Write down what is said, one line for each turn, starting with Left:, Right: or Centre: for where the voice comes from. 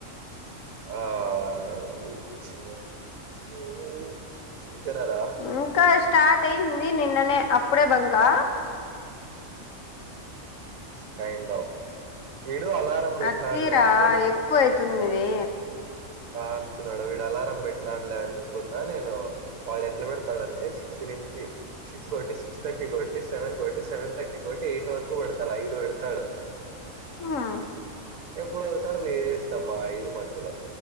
Right: ఆహ్ వచ్చు <unintelligible> ఇక్కడ రా.
Left: ఇంకా స్టార్ట్ అయింది నిన్ననే అప్పుడే బంక్ ఆహ్.
Right: కైండ్ ఆఫ్ మీరు అలారం. మీరు
Left: అతిరా
Right: ఇట్లా అట్లా అనుకొని.
Left: ఎక్కువ అవుతుంది మీది.
Right: ఆహ్ కుర్చున్నాడు వీడు అలారం పెట్టినాడులే అనుకున్నా నేను. వాడు ఎట్లా పెడతాడంటే సిక్స్ నుంచి సిక్స్ బట్టి సిక్స్ థర్టీకి పెట్టి సెవెన్ కొకటి సెవెన్ థర్టీ కొకటి ఎయిట్ వరకు పెడతాడు ఐదు పెడుతాడు.
Left: ఆహ్.
Right: ఎప్పుడోకసారి లేస్తాం మా ఐదు మధ్యలో.